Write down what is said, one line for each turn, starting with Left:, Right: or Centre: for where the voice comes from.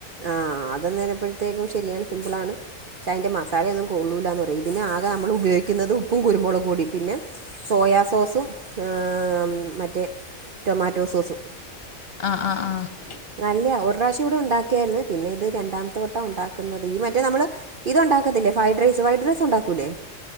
Right: ആഹ് അതെന്നാലപ്പഴത്തേക്കും ശെരിയാണ് സിമ്പിളാണ് പക്ഷെ അയിൻ്റെ മസാലയൊന്നും കൊള്ളൂലാന്ന് പറയും ഇതിന് ആകെ നമ്മൾ ഉപയോഗിക്കുന്നത് ഉപ്പും കുരുമുളക് പൊടിം പിന്നെ സോയ സോസും ആഹ് മറ്റേ ടൊമാറ്റോ സോസും
Left: ആഹ് ആഹ് ആഹ്
Right: നല്ലയാ ഒരു പ്രാവശ്യം കൂടെ ഉണ്ടാക്കിയായിരുന്നു പിന്നെ ഇത് രണ്ടാമത്തെ വട്ടം ഉണ്ടാക്കുന്നത് ഈ മറ്റേ നമ്മള് ഇതൊണ്ടാക്കത്തില്ലേ ഫ്രൈഡ് റൈസ് ഫ്രൈഡ് റൈസ് ഉണ്ടാക്കൂല്ലേ